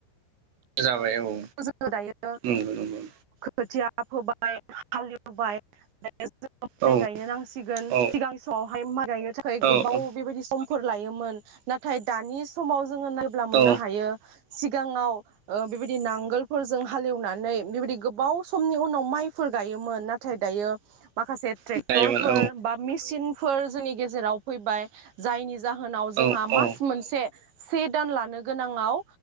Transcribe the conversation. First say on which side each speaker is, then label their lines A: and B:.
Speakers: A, on the right (about 80°); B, on the right (about 65°).
A: जाबाय औ,
B: जोङो दायो
A: उम नंगौ।
B: खोथिया फोबाय हालेवबाय ज माइ
A: औ
B: गायनो नांसिगोन
A: औ
B: सिगांनि समावहाय माइ गायनो थाखाय
A: औ
B: गोबाव
A: औ
B: बेबायदि सम फोर लायोमोन नाथाय दानि समाव जोंङो नायब्ला मोननो
A: औ
B: हायो सिगाङाव ओ बेबायदि नांगोलफोरजों हालेवनानै बेबायदि गोबाव समनि उनाव माइफोर गायोमोन नाथाय दायो माखासे ट्रेक्टरफोर
A: जायोमोन औ
B: बा मेसिन फोर जोंनि गेजेराव फैबाय जायनि जा जाहोनाव जोंहा
A: औ
B: मास
A: औ
B: मोनसे से दान लानो गोनाङाव